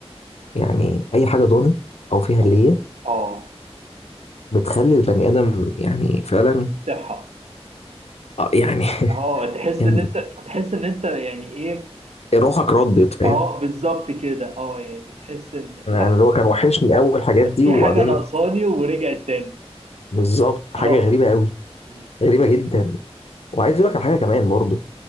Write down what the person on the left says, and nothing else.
يعني اي حاجه ضاني او فيها
هليه
بتخلي البني ادم يعني فعلا
آه، يعني <laughs>
جامده
روحك ردت فاهم
انا
أنا اللي هو كان وحشني اول الحاجات
دي
وبعدين
بالظبط حاجه
غريبه قوي
غريبه جدا وعايز اقول لك على حاجه كمان برضو